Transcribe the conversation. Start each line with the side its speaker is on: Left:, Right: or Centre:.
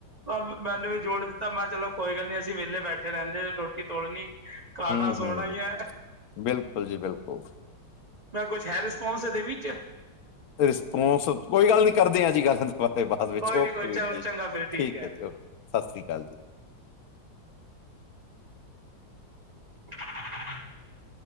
Right: ਅ ਮੈਨੂੰ ਵੀ ਜੋੜ ਦਿੱਤਾ ਮੈ ਚਲੋ ਕੋਈ ਗੱਲ ਨੀ ਅਸੀਂ ਵੇਲੇ ਬੈਠੇ ਰੈਂਦੇ, ਰੋਟੀ ਤੋੜਨੀ ਖਾਣਾ-ਸੋਣਾ
Left: ਹਮ ਹਮ
Right: ਈ ਐ
Left: ਬਿਲਕੁਲ ਜੀ ਬਿਲਕੁਲ
Right: ਨਾ ਕੁੱਛ ਹੈ ਰਿਸਪੋਂਸ ਏਦੇ ਵਿੱਚ?
Left: ਰਿਸਪੋਂਸ, ਕੋਈ ਗੱਲ ਨੀ ਕਰਦੇ ਆ ਜੀ ਗੱਲ ਦੋਬਾ ਤੇ ਬਾਅਦ ਵਿੱਚ
Right: ਕੋਈ
Left: ਓਕੇ
Right: ਨੀ ਕੋਈ
Left: ਵੀਰ
Right: ਚਲ
Left: ਜੀ,
Right: ਚੰਗਾ ਫਿਰ
Left: ਠੀਕ
Right: ਹੈ
Left: ਐ ਜੀ ਓਕੇ, ਸਾਸ੍ਰੀ ਕਾਲ ਜੀ।
Right: <unintelligible>